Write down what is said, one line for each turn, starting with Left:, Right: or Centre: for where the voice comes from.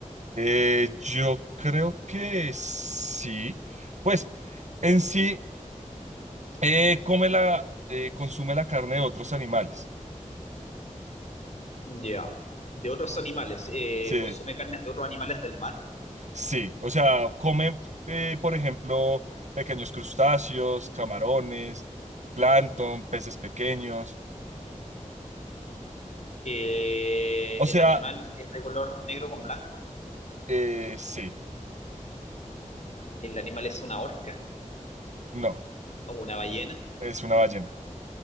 Right: Eh, yo creo que sí. Pues en sí, eh, come la, eh, consume la carne de otros animales.
Left: Ya. De otros animales. eh,
Right: Sí.
Left: consume carnes de otros animales del mar.
Right: Sí, o sea, comen, eh, por ejemplo, pequeños crustáceos, camarones, plancton, peces pequeños.
Left: Eh,
Right: O
Left: el
Right: sea,
Left: animal es de color negro con blanco.
Right: eh, sí,
Left: El animal es una orca
Right: no,
Left: o una ballena.
Right: es una ballena.